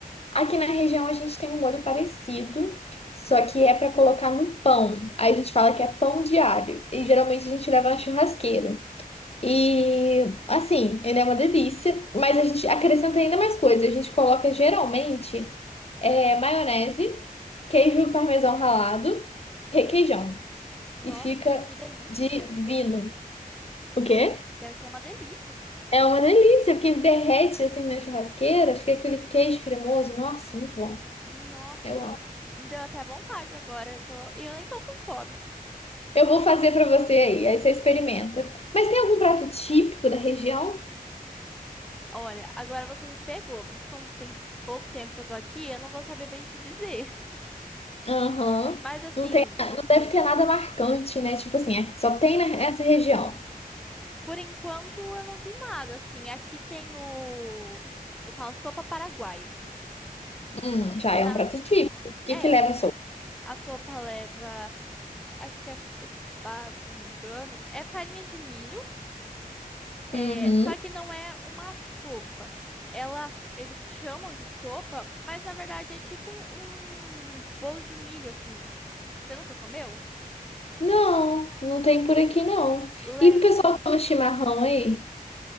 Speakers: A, on the left (about 40°); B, in the centre.
A: Aqui na região a gente tem um molho parecido, só que é para colocar no pão. Aí a gente fala que é pão de alho. E geralmente a gente leva na churrasqueira. E assim, ele é uma delícia, mas a gente acrescenta ainda mais coisas. A gente coloca geralmente. é, maionese, queijo parmesão ralado, requeijão.
B: Nossa,
A: E fica
B: que delícia
A: divino.
B: que deve ser.
A: O quê?
B: Deve ser uma delícia.
A: É uma delícia, porque derrete assim na churrasqueira, fica aquele queijo cremoso. Nossa, muito bom.
B: Nossa,
A: Eu amo.
B: me deu até vontade agora. Eu tô... E eu nem tô com fome.
A: Eu vou fazer pra você aí, aí você experimenta. Mas tem algum prato típico da região?
B: Olha, agora você me pegou, porque como tem pouco tempo que eu tô aqui, eu não vou saber bem te dizer.
A: Aham.
B: Mas assim.
A: Não tem, não deve ter nada marcante, né? Tipo assim, é, só tem nessa região.
B: Por enquanto, eu não vi nada, assim. Aqui tem o... Eles falam sopa paraguai.
A: Hum, já
B: Que
A: é
B: na...
A: um prato típico. O que
B: É,
A: que leva sopa?
B: a sopa leva... Acho que é fubá, se não me engano. É farinha de milho. É...
A: Uhum.
B: Só que não é uma sopa. Ela... Eles chamam de sopa, mas na verdade é tipo um, um bolo de milho, assim. Você nunca comeu?
A: Não, não tem por aqui não.
B: Leva...
A: E o pessoal toma chimarrão aí?